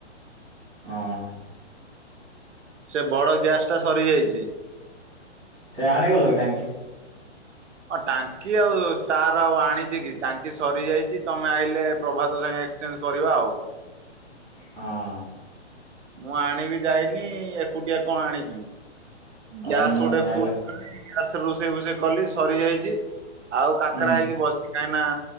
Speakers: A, in the centre; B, on the right.
A: ହ ହ-
B: ସେ ବଡ ଗ୍ୟାସ ଟା ସରି ଯାଇଛି-
A: ସେ ଆଣିଗଲ କି ଟାଙ୍କି-
B: ଓ ଟାଙ୍କ- କି ଆଉ ତାର ଆଉ ଆଣିଛି କି- ଟାଙ୍କି ସରିଯାଇଛି ତମେ ଆଇଲେ ପ୍ରଭାତ ସାଙ୍ଗେ ଏକ୍ସଚେଞ୍ଜ କରିବା ଆଉ-
A: ହଁ-
B: ମୁଁ ଆଣିବି ଯାଇନି ଏକୁଟିଆ କଣ ଆଣିଯିବି-
A: ହଉ
B: ଗ୍ୟାସ
A: ମୁଁ
B: ଉଡେ
A: ଆଇଲେ
B: ଫୁଲ- ସ ରୋଷେଇ ଭୋଷେଇ କଲି ସରିଯାଇଛି- ଆଉ କାକରା
A: ହୁଁ
B: ହେଇକି ବସି- କାହିଁ ନା